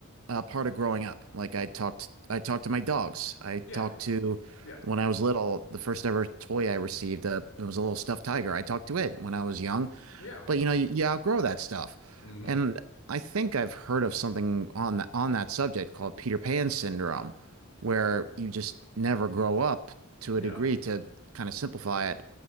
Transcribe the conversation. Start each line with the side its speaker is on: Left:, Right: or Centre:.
Right: uh, part of growing up. Like I talked, I talked to my dogs. I
Left: yeah,
Right: talked to
Left: yeah,
Right: when I was little. The first ever toy I received, uh, it was a little stuffed tiger. I talked to it when I was young.
Left: yeah.
Right: But you know, you, you outgrow that stuff.
Left: hmm
Right: And I think I've heard of something on that on that subject called Peter Pan syndrome, where you just never grow up to
Left: Yeah.
Right: a degree to kind of simplify it.